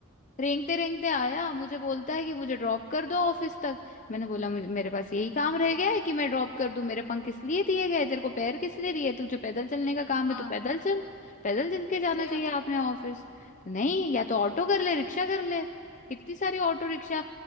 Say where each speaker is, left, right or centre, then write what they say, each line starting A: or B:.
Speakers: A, on the left; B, on the left.
A: रेंगते रेंगते आया मुझे बोलता है कि मुझे ड्रॉप कर दो ऑफिस तक मैंने बोला मुझे मेरे पास यही काम रह गया है कि मैं ड्रॉप कर दूं मेरे पंख किस लिए दिए गए तेरे को पैर किस लिए दिए तुझे पैदल चलने का काम
B: हाँ
A: है तू पैदल चल पैदल चल के जाना
B: सही
A: चाहिए
B: बात है
A: आपने ऑफिस तो नहीं या तो ऑटो कर ले रिक्शा कर ले कितनी सारी ऑटो रिक्शा